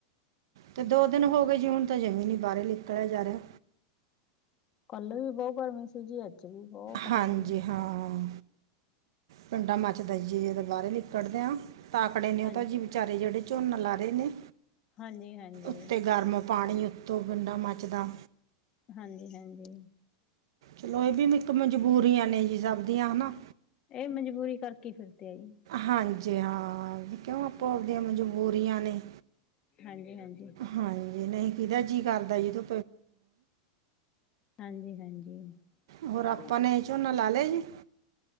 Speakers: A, on the left; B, on the right.
A: ਜੀ।
B: ਤੇ ਦੋ ਦਿਨ ਹੋ ਗਏ ਜੀ ਹੁਣ। ਹਜੇ ਵੀ ਬਾਹਰ ਨਿਕਲਿਆ ਨਹੀਂ ਜਾ ਰਿਹਾ।
A: ਕੱਲ ਵੀ ਬਹੁਤ ਗਰਮੀ ਸੀ, ਜੀ ਅੱਜ ਵੀ। ਬਹੁਤ ਗਰਮੀ
B: ਹਾਂਜੀ,
A: ਆ।
B: ਹਾਂ। ਪਿੰਡਾਂ ਮਚਦਾ ਐ ਜੀ ਏਦੇ ਬਾਰੇ ਲਿਕੜਦੇਆ, ਤਾ ਆਂਕੜੇ ਨੇ ਓਹ
A: ਹਾਂਜੀ,
B: ਤਾਂ ਜੀ। ਵਿਚਾਰੇ ਜੇੜੇ ਝੋਨਾ ਲਾ ਰੇ ਨੇ
A: ਹਾਂਜੀ, ਹਾਂਜੀ,
B: ਉੱਤੇ ਗਰਮ ਪਾਣੀ ਉ ਤੋਂ ਬੰਦਾ ਮੱਚਦਾ।
A: ਹਾਂਜੀ, ਹਾਂਜੀ।
B: ਚਲੋ ਏਹ ਬੀ ਮਿੱਕ ਮਜਬੂਰੀਆਂ ਨੇ ਜੀ ਸਭ ਦੀਆਂ, ਹਨਾਂ।
A: ਏਹ ਮਜਬੂਰੀ ਕਰਕੇ ਫਿਰਦੇ ਐ ਜੀ।
B: ਹਾਂਜੀ ਹਾਂ, ਆਪੋ-ਆਪਦੀਆਂ ਮਜਬੂਰੀਆਂ ਨੇ।
A: ਹਾਂਜੀ, ਹਾਂਜੀ।
B: ਹਾਂਜੀ, ਨਈਂ ਕਿਦਾ ਜੀ ਕਰਦਾ ਜੀ ਦੂ
A: ਹਾਂਜੀ, ਹਾਂਜੀ।
B: ਹੋਰ ਆਪਾਂ
A: <inaudible>
B: ਨੇ ਝੋਨਾ ਲਾ ਲਿਆ ਜੀ